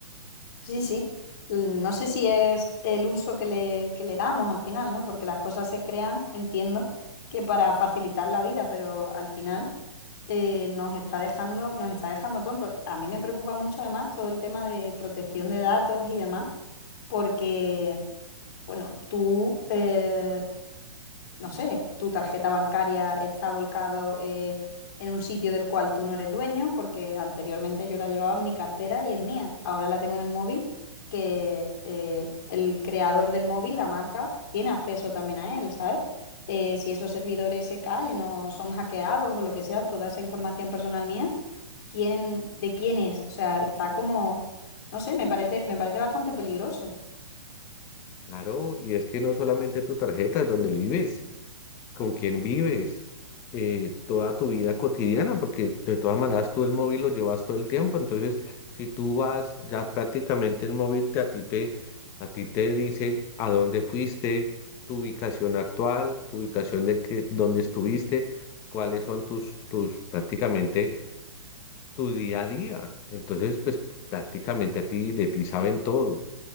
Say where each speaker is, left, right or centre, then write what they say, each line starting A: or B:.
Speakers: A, on the left; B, on the left.
A: Sí, sí. No sé si es el uso que le, que le damos al final, ¿no? Porque las cosas se crean, entiendo, que para facilitar la vida, pero al final eh, nos está dejando, nos está dejando tontos. A mí me preocupa mucho además todo el tema de protección de datos y demás, porque, bueno, tú, eh, no sé, tu tarjeta bancaria está volcado eh, en un sitio del cual tú no eres dueño, porque anteriormente yo la llevaba en mi cartera y es mía. Ahora la tengo en el móvil, que eh, el creador del móvil, la marca, tiene acceso también a él, ¿sabes? Eh, si esos servidores se caen o son hackeados o lo que sea, toda esa información personal mía, ¿quién, de quién es? O sea, está como, no sé, me parece, me parece bastante peligroso.
B: Claro, y es que no solamente tu tarjeta, es donde vives, con quién vives, eh, toda tu vida cotidiana, porque de todas maneras tú el móvil lo llevas todo el tiempo, entonces si tú vas, ya prácticamente el móvil te, a ti te, a ti te dice a dónde fuiste, tu ubicación actual, tu ubicación de que, dónde estuviste, cuáles son tus, tus prácticamente tu día a día. Entonces, pues prácticamente a ti, de ti saben todo